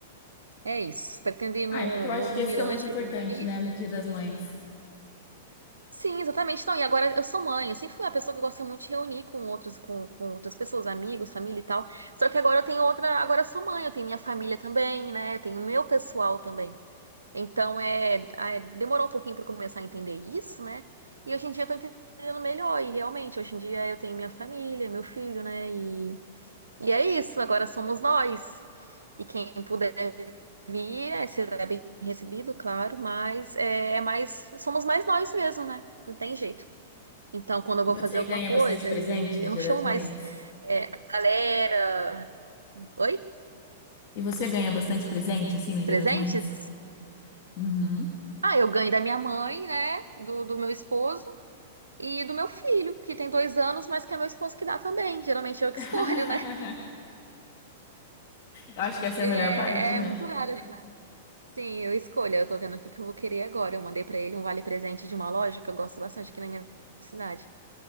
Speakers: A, on the right; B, on the left.
A: É isso. Pretendo ir num,
B: Ah, é porque eu acho
A: num,
B: que
A: num
B: esse
A: mirante
B: que é o mais importante,
A: que tem aqui.
B: né, no Dia das Mães.
A: Sim, exatamente. Então, e agora eu sou mãe. Eu sempre fui uma pessoa que gosta muito de reunir com outros, com, com outras pessoas, amigos, família e tal. Só que agora eu tenho outra. Agora eu sou mãe, eu tenho minha família também, né? Eu tenho meu pessoal também. Então, é, ah, é- demorou um pouquinho para começar a entender isso, né? E hoje em dia eu tô entendendo melhor. E realmente, hoje em dia eu tenho minha família, meu filho, né? E, e é isso, agora somos nós. E quem puder vir, é, será bem recebido, claro, mas é, é mais, somos mais nós mesmo, né? Não tem jeito. Então, quando eu vou
B: E
A: fazer
B: você
A: alguma
B: ganha
A: coisa
B: bastante presente
A: e
B: no
A: eu
B: Dia
A: não chamo
B: das Mães?
A: mais é, a galera. Oi?
B: E você ganha bastante presente, assim, no Dia
A: Presentes?
B: das Mães? Uhum.
A: Ah, eu ganho da minha mãe, né? Do, do meu esposo. E do meu filho, que tem dois anos, mas que é meu esposo que dá também. Geralmente eu que
B: <laughs>
A: escolho, né? <laughs>
B: Eu acho que essa
A: É,
B: é a melhor parte, né?
A: é muito raro, assim. Sim, eu escolho. Eu tô vendo o que que eu vou querer agora. Eu mandei pra ele um vale-presente de uma loja que eu gosto bastante aqui na minha cidade.